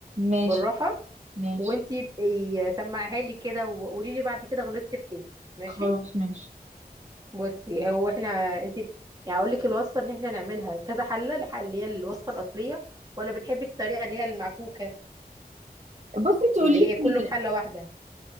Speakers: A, on the right; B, on the right.
A: ماشي
B: بالراحه
A: ماشي
B: وانتي بقي سمعها لي كده وقولي لي بعد كده غلطتي في ايه ماشي
A: خلاص ماشي
B: بصي هو احنا انتي يعني اقول لك الوصفه ان احنا نعملها كذا حله الحله اللي هي الوصفه الاصليه ولا بتحبي الطريقه اللي هي المعكوكه
A: بصي انت قولي
B: اللي هي كله
A: لي
B: في حله واحده